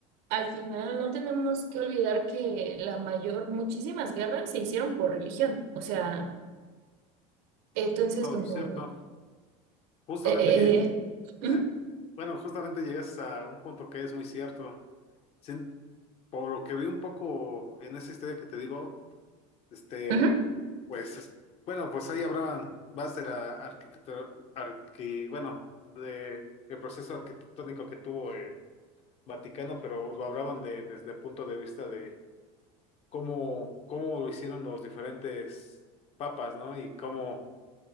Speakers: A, on the right; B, on the left.
A: al final no tenemos que olvidar que la mayor, muchísimas guerras se hicieron por religión. O sea, entonces
B: No,
A: como...
B: cierto. Justamente
A: eh,
B: llegué,
A: eh, eh,
B: eh,
A: ujú,
B: bueno, justamente llegas a un punto que es muy cierto. Sin- por lo que vi un poco en esa historia que te digo, este,
A: ujú.
B: pues, es- bueno, pues ahí hablaban más de la arquitectura, arqui- bueno, de, el proceso arquitectónico que tuvo Vaticano, pero lo hablaban de, desde el punto de vista de cómo, cómo lo hicieron los diferentes papas, ¿no? Y cómo,